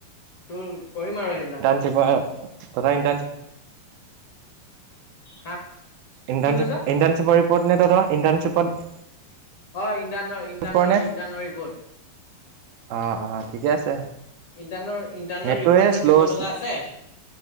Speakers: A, on the left (about 45°); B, on the right (about 75°).
A: তোৰ কৰিম আৰু সেইবিলাক।
B: কিবা <inaudible> ইণ্টাৰ্ণশিপ
A: হা
B: ইণ্টাৰ্ণশ্বিপ-ইণ্টাৰ্ণশ্বিপৰ
A: কি কৈছ
B: ৰিপৰ্ট নে, তহঁতৰ ইণ্টাৰ্ণশ্বিপত
A: অ' ইণ্টানৰ-ইণ্টানৰ-ইণ্টানৰ
B: পৰে নে
A: ৰিপৰ্ত।
B: অ', অ' ঠিকে আছে।
A: ইণ্টাৰ্ণৰ ইণ্টাৰ্ণৰ
B: নেটটোৱে
A: ৰিপৰ্টটো
B: শ্ল'
A: দিব লগা আছে